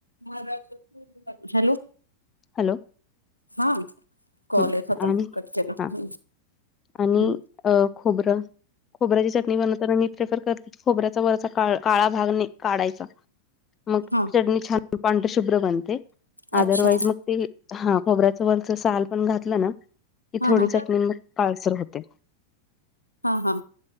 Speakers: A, on the left; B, on the left.
A: माझा हॅलो
B: हॅलो
A: हा कॉल
B: हं
A: येत होता
B: आणि
A: कट केला
B: हा
A: ह
B: आणि
A: हम्म
B: अ खोबरं खोबऱ्याची चटणी बनवताना म प्रेफर करते खोबऱ्याचा वराचा का काळा भाग नाही काढायचा. मग
A: हा
B: चटणी छान पांढ शुभ्र बनते
A: अच्छा
B: अदरवाईज मग ते खोबऱ्याच वरचसाल पण घातलं ना की
A: हा
B: थोडी
A: हा
B: चटणी मग काळसर होते.
A: हा, हा,